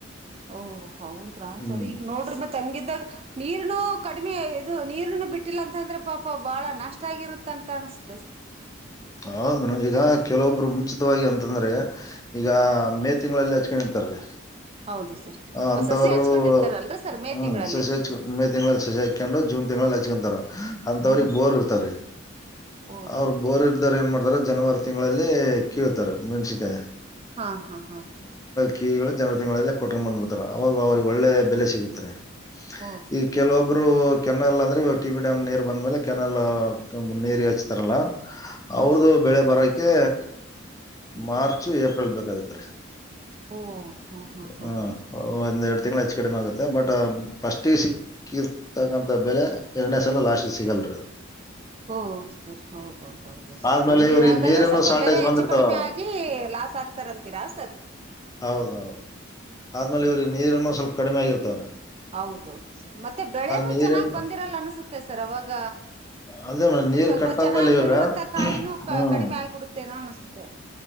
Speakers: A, on the right; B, on the left.
A: ಓಹ ಹೌದ್ರಾ
B: ಹ್ಮ್
A: ಸರಿ ಈಗ ನೋಡ್ರಿ ಮತ್ತೆ ತಂಗಿದಾಗ ನೀರ್ನು ಕಡಿಮೆ ಇದು ನೀರ್ನು ಬಿಟ್ಟಿಲ್ಲ ಅಂತಂದ್ರೆ ಪಾಪ ಬಾಳ ನಷ್ಟ ಆಗಿರುತ್ತ ತ
B: ಹೌದ ಮೇಡ್ ಈಗ ಕೆಲವೊಬ್ರುಂ ಉಚಿತವಾಗಿ ಅಂತಂದ್ರೆ ಈಗ ಮೇ ತಿಂಗಳಲ್ಲಿ ಹಚ್ಕೊಂಡ್ ಇಡ್ತಾರ
A: ಹೌದು ಸರ್
B: ಅಂತವರು
A: ಸಸಿ ಹಚ್ಕೊಂಡಿರ್ತಾರಲ್ರಿ ಸರ್ ಮೇ
B: ಹೂ
A: ತಿಂಗಳಲ್ಲಿ
B: ಸಸಿ ಹಚ್ ಮೇ ತಿಂಗಳಲ್ಲಿ ಸಸಿ ಹಾಕೊಂಡು ಜೂನ್ ತಿಂಗಳಲ್ಲಿ ಹಚ್ಕೊಂತಾರ ಅಂತವ್ರ ಬೋರ್ ಇರ್ತಾರೀ
A: ಹ
B: ಅವ್ರರು ಬೋರ್ರ್್ದಾರ ಏನ್ ಮಾಡ್ತಾರ ಜನವರಿ ತಿಂಗಳಲ್ಲಿ ಕೀಳ್ತಾರೆ ಮೆಣ್ಸನ್ಕಾಯಿ
A: ಹಾ ಹಾ ಹಾ ಸ
B: ಕೀಗಳು ಜನವರಿ ತಿಂಗಳಲ್ಲೇ ಕೊಟ್ಕೊಂಡು ಬಂದ್ಬಿಡ್ತಾರೆ ಅವಾಗ ಅವ್ರಿಗೆ ಒಳ್ಳೆ ಬೆಲೆ ಸಿಗುತ್ತೆ
A: ಓ ಸರ್
B: ಈ ಕೆಲವೊಬ್ರು ಕೆನಲ್ ಅಂದ್ರೆ ಟಿ ಬಿ ಡ್ಯಾಮ್ ನೀರ್ ಬಂದ್ಮೇಲೆ ಕೆನಲ್ ನೀರ್ ಹಚ್ತಾರಲ್ಲ
A: ಹಾ
B: ಅವ್ರ್ದು
A: ಸರ್
B: ಬೆಳೆ ಬರೋ ಅಕೆ ಮಾರ್ಚ್ು ಏಪ್ರಿಲ್ ಬೇಕಾಗತ್ರಿ
A: ಓ ಹಾ ಹಾ ಹಾ
B: ಹ
A: ಹಾ
B: ಒಂದ ಎರೆಡು ತಿಂಗಳು ಹೆಚ್ಚು ಕಡಿಮೆ ಆಗುತ್ತೆ ಬಟ್ ಫಸ್ಟ್ಿಗೆ ಸಿಕ್ಕಿರ್ತಕ್ಕಂಂತ ಬೆಲೆ ಎರಡನೇ ಸಲ ಲಾಸ್ಟ್ಿಗೆ ಸಿಗಲ್ ಹ
A: ಹ ಸರ್ ಹೌದೌದೌದು ಸರ್
B: ಆದ್ಮೇಲೆ
A: ಹಗೆ
B: ಇವ್ರಿಗೆ
A: ಆದಾಗ
B: ನೀರಿನ
A: ಸ್ವಲ್ಪ
B: ಶಾರ್ಟೇಜ್
A: ಬೆಲೆ ಹೆಚ್ಚು
B: ಬಂದಿರ್ತಾವ
A: ಕಡಿಮೆ ಆಗಿ ಲಾಸ್ ಆಗ್ತಾರ ಅಂತೀರಾ ಹ ಸರ್
B: ಹೌದೌದು ಆದ್ಮೇಲೆ ಇವ್ರಿಗೆ ನೀರನ್ನು ಸ್ವಲ್ಪ ಕಡಿಮೆ ಆಗಿರ್ತವ್ರ
A: ಹೌದೌದು ಸರ್ ಮತ್ತೆ ಬೆಳೆನೂ
B: ನೀರಿನ್
A: ಚೆನ್ನಾಗ್ ಬಂದಿರಲ್ಲ ಅನ್ಸುತ್ತೆ ಸರ್ ಅವಾಗ
B: ಅದೇ ಮೇಡಮ್
A: ಅದು
B: ನೀರ್
A: ಸ್ವಲ್ಪ
B: ಕಟ್ಟಾದ್ಮೇಲೆ
A: ಚೆನ್ನಾಗ್
B: ಇವಾಗ
A: ಬಿಡುವಂತ ಕಾಯಿನೂ
B: ಹ್ಮ್
A: ಕಡಿಮೆ ಆಗ್ಬಿಡುತ್ತೇನೋ ಅನ್ಸುತ್ತೆ